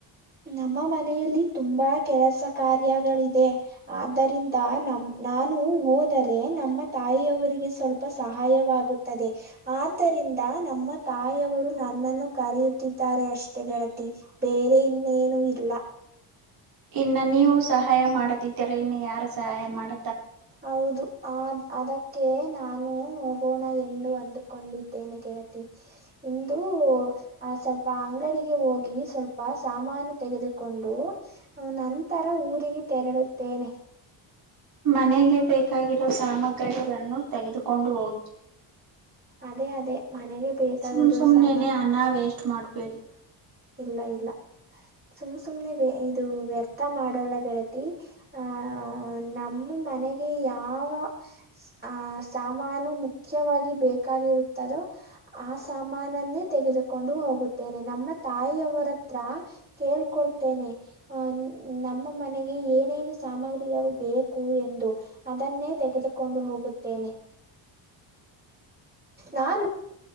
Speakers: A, on the right (about 20°); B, on the right (about 45°).
A: ನಮ್ಮ ಮನೆಯಲ್ಲಿ ತುಂಬಾ ಕೆಲಸ ಕಾರ್ಯಗಳಿದೆ. ಆದ್ದರಿಂದ ನಮ್ಮ ನಾನು ಹೋದರೆ ನಮ್ಮ ತಾಯಿಯವರಿಗೆ ಸ್ವಲ್ಪ. ಸಹಾಯವಾಗುತ್ತದೆ ಆದ್ದರಿಂದ ನಮ್ಮ ತಾಯಿಯವರು. ನನ್ನನ್ನು ಕರೆಯುತ್ತಿದ್ದಾರೆ ಅಷ್ಟೇ ಗೆಳತಿ ಬೇರೆ ಇನ್ನೇನು ಇಲ್ಲ.
B: ಇನ್ನ ನೀವು ಸಹಾಯ ಮಾಡದಿದ್ದೀರ ಇನ್ನು ಯಾರ ಸಹಾಯ ಮಾಡ
A: ಹೌದು ಆ ಅದಕ್ಕೆ ನಾನು ಹೋಗೋಣ ಎಂದು ಒಂದು. ಕೊಂಡಿದ್ದೇನೆ ಕೆಳತಿ ಇಂದು. ಆ ಸ್ವಲ್ಪ ಅಂಗಡಿಗೆ ಹೋಗಿ ಸ್ವಲ್ಪ ಸಾಮಾನು ತೆಗೆದುಕೊಂಡು. ಆ ನಂತರ ಊರಿಗೆ ತೆರಳುತ್ತೇನೆ.
B: ಮನೆಗೆ ಬೇಕಾಗಿರೋ ಸಾಮಗ್ರಿಗಳನ್ನು ತೆಗೆದುಕೊಂಡು ಹೋಗಿ
A: ಅದೇ ಅದೇ ಮನೆಗೆ ಬೇಕಾಗಿರುವ
B: ಸುಮ್ ಸುಮ್ನೆನೆ
A: ಸಾಮಾನು
B: ಅನ್ನ ವೇಸ್ಟ್ ಮಾಡ್ಬೇಡಿ.
A: ಇಲ್ಲ ಇಲ್ಲ ಸುಮ್ ಸುಮ್ನೆ ಇದು ವ್ಯರ್ಥ ಮಾಡೋಲ್ಲ ಗೆಳತಿ. ಆಹ ನಮ್ಮ ಮನೆಗೆ ಯಾವ ಆಹ ಸಾ. ಸಾಮಾನು ಮುಖ್ಯವಾಗಿ ಬೇಕಾಗಿರುತ್ತದೋ. ಆ ಸಾಮಾನನ್ನೇ ತೆಗೆದುಕೊಂಡು ಹೋಗುತ್ತೇನೆ ನಮ್ಮ ತಾಯಿಯವರತ್ರ. ಕೇಳ್ಕೊಳ್ತೇನೆ. ಅಹ ನಮ್ಮ ಮನೆಗೆ ಏನೇನು ಸಾಮಗ್ರಿಗಳು ಬೇಕು ಎಂದು. ಅದನ್ನೇ ತೆಗೆದುಕೊಂಡು ಹೋಗುತ್ತೇನೆ ನಾನ